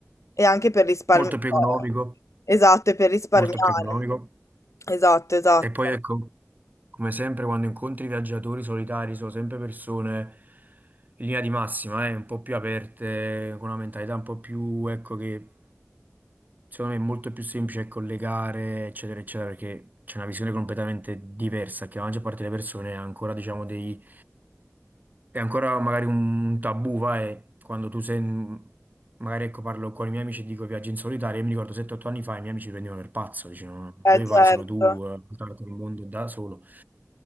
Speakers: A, on the left; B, on the right.
A: E anche per risparmi
B: molto
A: cioè
B: più economico,
A: esatto, e per risparmiare.
B: molto più economico.
A: Esatto, esatto.
B: E poi ecco. Come sempre, quando incontri viaggiatori solitari, sono sempre persone in linea di massima, eh, un po' più aperte, con una mentalità un po' più, ecco, che secondo me è molto più semplice collegare, eccetera, eccetera, perché c'è una visione completamente diversa, che la maggior parte delle persone ha ancora, diciamo, dei, è ancora magari un tabù, vai, quando tu sei... in- Magari ecco, parlo con i miei amici e dico viaggio in solitaria. Io mi ricordo 7-8 anni fa i miei amici mi prendevano per pazzo, dicevano ma
A: Eh
B: dove
A: certo.
B: vai solo tu, eh, portarti il mondo da solo.